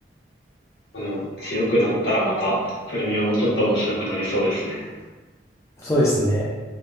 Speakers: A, on the left; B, on the left.
A: まあの、強くなったらまたプレミアもちょっと面白くなりそうですね。
B: そうですね。